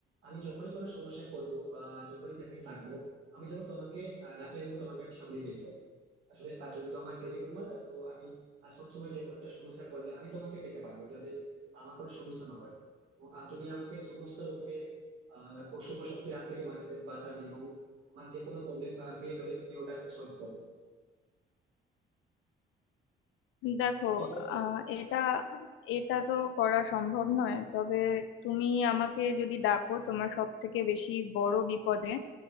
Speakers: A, on the right (about 80°); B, on the left (about 85°).
A: আমি যখনই কোনো সমস্যায় পড়বো বা যখনই চাকরি থাকবো আমি যখন তোমাকে আহ, ডাকলে যাবো তোমাকে আমি সামনে পেয়ে যাই আসলে আহ, তুমি তো আমার ফেলিওর মাদার তো আমি আহ, সবসময় যে কোনো একটা সমস্যা করলে আমি তোমাকে পেতে পারবো যাতে আমার কোনো সমস্যা না হয় এবং আহ, তুমি আমাকে সমস্ত রকমের আহ অশুভ শক্তির হাত থেকে বাঁচাতে বাঁচাবে এবং আমার যে কোনো প্রবলেম ক্রিয়েট হলে তুমি ওটা এসে সলভ করবে
B: দেখো
A: তুমি কি করবে
B: আহ এটা এটা তো করা সম্ভব নয় তবে তুমি আমাকে যদি ডাকো তোমার সব থেকে বেশি বড় বিপদে